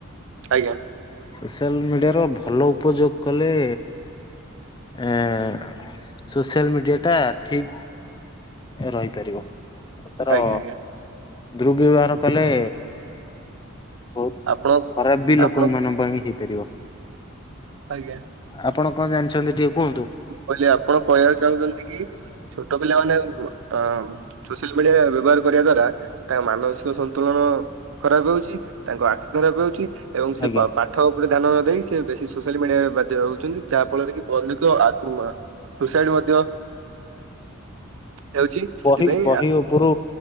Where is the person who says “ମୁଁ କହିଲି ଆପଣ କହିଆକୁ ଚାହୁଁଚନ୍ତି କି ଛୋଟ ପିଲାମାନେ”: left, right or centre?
Right